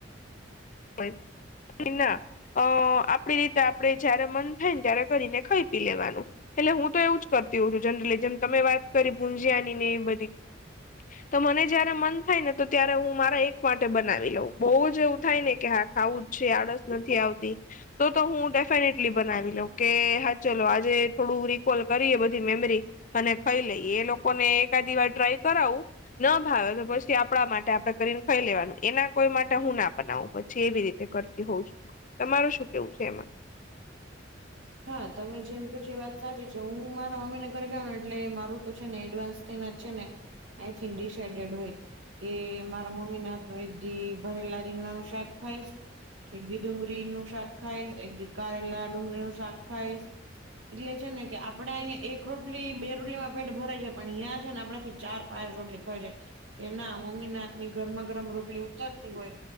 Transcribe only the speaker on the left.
હોય કે, ના. અ આપણી રીતે આપણે જયારે મન થાય ને, ત્યારે કરીને ખાઈ પી લેવાનું. એટલે હું તો એવું જ કરતી હોઉ છું, જનરલી જેમ તમે વાત કરી ભુંજિયાની ને, એ બધી. તો મને જ્યારે મન થાય ને, તો ત્યારે હું મારા એક માટે બનાવી લઉં, બહુવ જ એવું થાય ને. કે હા, ખાવું જ છે, આળસ નથી આવતી. તો તો હું ડેફિનેટલી બનાવી દઉં કે. હા, ચાલો, આજે થોડું રેક્વલ કરીએ, બધી મેમરી. અને ખાઈ લઈ, એ લોકોને એકાદ વખત ટ્રાય કરાવવું. ના ભાવે તો, પછી આપણાં માટે આપડે કરીને, ખાઈ લેવાનું, એના કોઈ માટે હું નાં બનાવું પછે. જે એવી રીતે કરતી હોઉં છું, તમારુ શું કેવું છે એમાં?